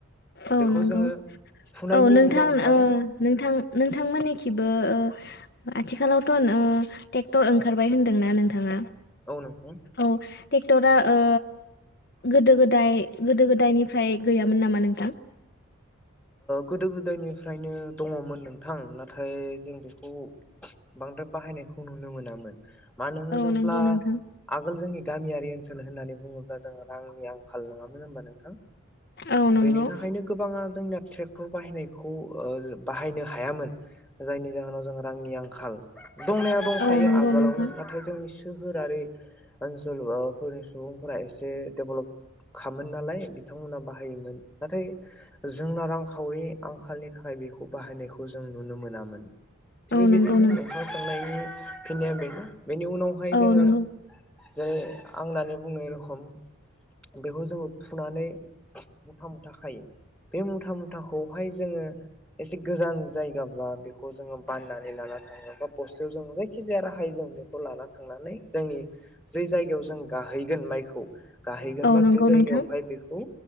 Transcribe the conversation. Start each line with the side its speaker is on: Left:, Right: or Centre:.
Left: औ
Centre: बेखौ
Left: नंगौ
Centre: जोङो फुनायनि
Left: औ नोंथां
Centre: उनावहाय
Left: ओ नोंथां। नोंथांमोन खिबो ओ आथिखालावथ ओ ट्रेक्टर ओंखारबाय होनदोंना नोंथाङा।
Centre: औ नोंथां।
Left: औ ट्रेक्टरा ओ गोदो गोदाय गोदो गोदायनिफ्राय गैयामोन नामा नों <inaudible>
Centre: गोदो गोदायनिफ्रायनो दङमोन नोंथां नाथाय जों बेखौ बांद्राय बाहायनायखौ नुनो मोनामोन। मानो होनोब्ला
Left: औ नंगौ नोंथां
Centre: आगोल जोंनि गामियारि ओनसोल होननानै बुङो जोंङो रांनि आंखाल नङामोन होनबा नोंथां।
Left: औ नंगौ
Centre: बेनि थाखायनो गोबाङा जोंनिया। ट्रेक्टर बाहायनायखौ ओ बाहायनो हायामोन जायनि जाहोनाव जों रांनि आंखाल। दंनाया दंखायो
Left: औ नंगौ
Centre: आगोलावनो
Left: नोंथां
Centre: नाथाय जोंनि। सोहोरारि ओनसोल सुबुंफोरा एसे देबलबखामोन नालाय बिथांमोना बाहायोमोन नाथाय जोंना रां खावरि आंखालनि थाखाय बेखौ बाहायनायखौ जों नुनो मोनामोन। थिग
Left: औ
Centre: बेबादिनो
Left: नंगौ
Centre: नोंथां सोंनायनि। जोंनिया बेनो। बेनि उनावहाय
Left: औ
Centre: जोंङो।
Left: नंगौ
Centre: जेरै आं होननानै बुंनाय रोखम बेखौ जोंङो फुनानै मुथा मुथा खायो बे मुथा मुथ थाखौ बाहाय जोंङो एसे। गोजान जायगाब्ला बेखौ जोंङो बाननानै लाना थाङो बा बस्थायाव जों जायखि जाया राहाय जों बेखौ लाना थांनानै जोंनि जे जायगायाव जों गाहैगोन माइखौ गाहैगोनबा
Left: औ नंगौ
Centre: बे जायगायावहाय
Left: नोंथां
Centre: बेखौ।